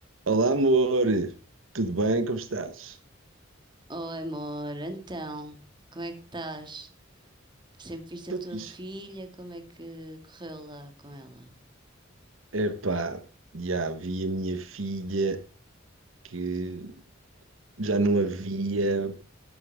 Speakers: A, on the right; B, on the right.
A: Olá, amor. Tudo bem? Como estás?
B: Oi, amor, então, como é que estás? Sempre viste
A: Estou
B: a tua
A: fixe.
B: filha, como é que correu lá com ela?
A: Epá, já vi a minha filha que já não a via